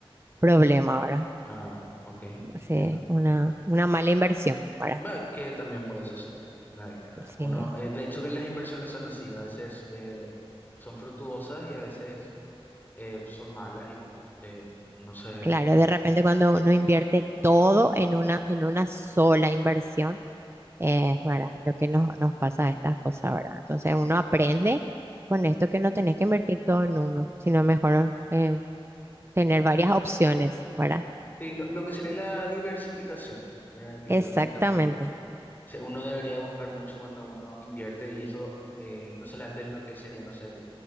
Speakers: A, on the right (about 25°); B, on the left (about 20°).
A: problema, ¿verdad?
B: Ah, ok, entiendo.
A: Sí, una, una mala inversión, ¿verdad?
B: Bueno, que también puede suceder en la vida, ¿verdad? Uno,
A: Sí,
B: eh, de hecho que las inversiones son así, a veces eh, son fructuosas y a veces eh, son malas y bueno, eh, uno se...
A: claro, de repente cuando uno invierte todo en una, en una sola inversión Es verdad, lo que nos, nos pasa a estas cosas, ¿verdad? Entonces uno aprende con esto que no tenés que invertir todo en uno, sino mejor eh, tener varias opciones, ¿verdad?
B: Sí, lo, lo que sería la diversificación, ¿verdad? Y Que
A: Exactamente,
B: creo que también se- uno debería buscar mucho cuando uno invierte y eso eh, no solamente en lo que sería, no sé,